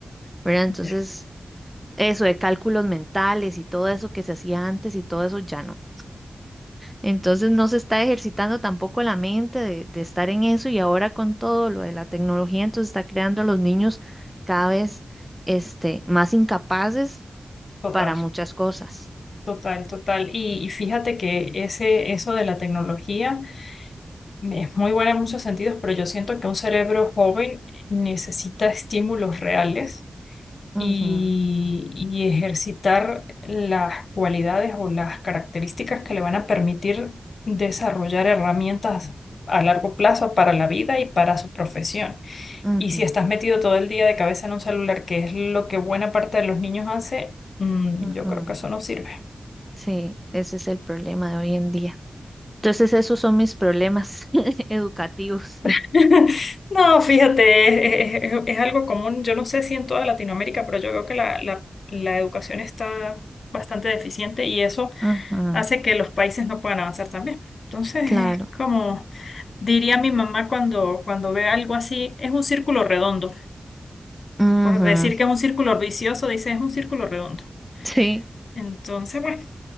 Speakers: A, in the centre; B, on the left.
A: ¿verdad? Entonces,
B: ya,
A: eso de cálculos mentales y todo eso que se hacía antes y todo eso ya no. Entonces, no se está ejercitando tampoco la mente de, de estar en eso y ahora con todo lo de la tecnología, entonces está creando a los niños cada vez este, más incapaces
B: total,
A: para muchas cosas.
B: total, total. Y, y fíjate que ese, eso de la tecnología me- es muy buena en muchos sentidos, pero yo siento que un cerebro joven necesita estímulos reales
A: Ujú,
B: y, y ejercitar las cualidades o las características que le van a permitir desarrollar herramientas a largo plazo para la vida y para su profesión.
A: ujú,
B: Y si estás metido todo el día de cabeza en un celular, que es lo que buena parte de los niños hace, mm,
A: ujú.
B: yo creo que eso no sirve.
A: Sí, ese es el problema de hoy en día. Entonces, esos son mis problemas <laughs> educativos.
B: <laughs> No, fíjate, es, es- es- es algo común. Yo no sé si en toda Latinoamérica, pero yo veo que la, la la educación está bastante deficiente y eso
A: Ujú,
B: hace que los países no puedan avanzar también. Entonces
A: claro.
B: es como diría mi mamá cuando, cuando ve algo así, es un círculo redondo.
A: Ujú,
B: Por decir que es un círculo vicioso, dice es un círculo redondo.
A: sí.
B: Entonces, bueno,